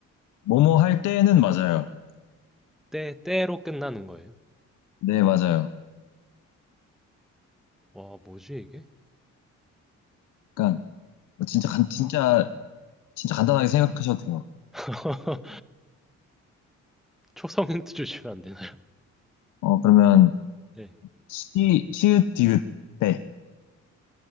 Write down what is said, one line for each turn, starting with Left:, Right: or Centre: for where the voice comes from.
Left: 뭐뭐 할 때는 맞아요.
Centre: 때, 때로 끝나는 거예요.
Left: 네, 맞아요.
Centre: 와, 뭐지, 이게?
Left: 그러니까 뭐 진짜 간 진짜 진짜 간단하게 생각하셔도 돼요.
Centre: <laughs> 초성 힌트 주시면 안 되나요?
Left: 어 그러면
Centre: 네,
Left: 시 시읒 디귿 네.